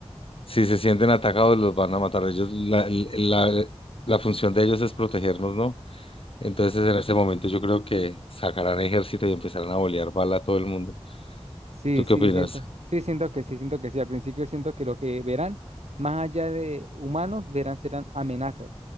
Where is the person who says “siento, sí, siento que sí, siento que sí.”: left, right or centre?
Right